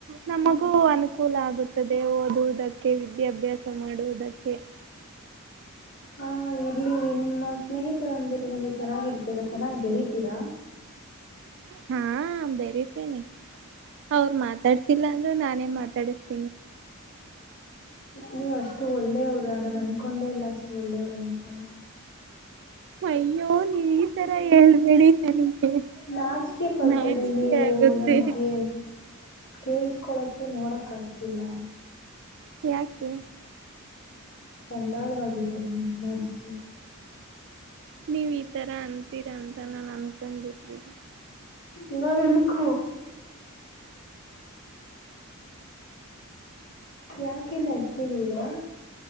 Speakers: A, on the right (about 55°); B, on the left (about 60°).
A: ನಮಗೂ ಅನುಕೂಲ ಆಗುತ್ತದೆ ಓದುವುದಕ್ಕೆ ವಿದ್ಯಾಭ್ಯಾಸ ಮಾಡುವುದಕ್ಕೆ ಕೆ
B: ಹಾ ಇಲ್ಲಿ ನಿಮ್ಮ ಸ್ನೇಹಿತರೊಂದರಿಗೆ ನೀವು ಚೆನ್ನಾಗಿರ್ತೀರಾ ಚೆನ್ನಾಗಿ್ ಬೆರೀತೀರಾ
A: ಹಾ ಬರತೇನೆಿ ಅವ್ರ ಮಾತಾಡ್ತಿಲ್ಲ ಅಂದ್ರು ನಾನೇ ಮಾತಾಡಿಸತನಿ
B: ನೀವ್ ಅಷ್ಟು ಒಳ್ಳೆ ನಾನು ಅಂದಕೊಂಡೆ ಇಲ್ಲ ಅಷ್ಟು ಒಳ್ಳೆಯವ್ರಂತ
A: ಅಯ್ಯೋ ನೀವ್ ಈ ತರ ಹೇಳ್ಬೇಡಿ ನನಗೆ
B: ನಾಚಕೆ ಪಡ್ತರಿ
A: ನಾಚಿಕೆ
B: ನೀವು
A: ಆಗುತ್ತೆ
B: ನಮಗೆ ಕೇೇಳಸ್ಕೊಳಕೆ ನೋಡಕ್ ಆಗ್ತಿಲ್ಲ
A: ಯಾಕೆ
B: ಚಂಡಾಳವಾಗಿದೆ ಅ ನಾಜಿಕೆ
A: ನೀವ್ ಈ ತರ ಅಂತೀರಾ ಅಂತ ನಾನು ಅನ್ಕೊಂಡರ್ಿಲ್ಲ
B: ಇವಾಗಾಗನಕ್ಕ ಯಾಕೆ ನಡ್ತಿದ್ದೀರಾ